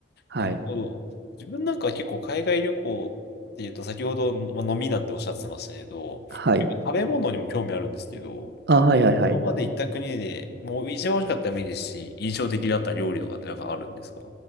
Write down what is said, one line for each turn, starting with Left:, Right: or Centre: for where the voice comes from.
Right: はい。
Left: なるほど。自分なんかは結構海外旅行っていうと、先ほど、まあ飲みなんておっしゃってましたけど、
Right: はい。
Left: 結構食べ物にも興味あるんですけど、
Right: あ、はいはいはい。
Left: 今まで行った国で、もう一番美味しかったらもいいですし、印象的だった料理とかってなんかあるんですか